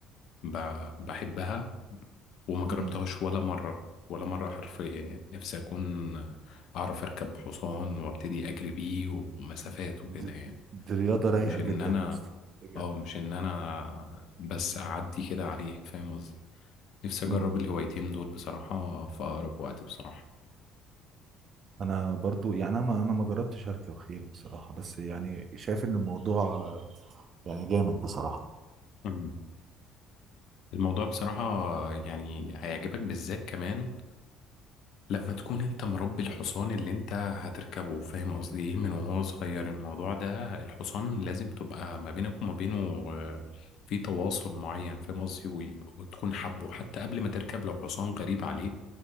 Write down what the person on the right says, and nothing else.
امم
دي,
دي رياضه رايقه
جدا
يا اسطى بجد
امم
انا برضو يعني انا ما انا ما جربتش اركب خيل بصراحه بس يعني شايف ان الموضوع يعني جامد بصراحه